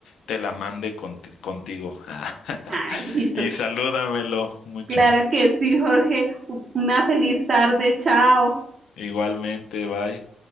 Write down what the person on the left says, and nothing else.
te la mande conti- contigo. <laughs>
Y salúdamelo mucho.
Igualmente, bye.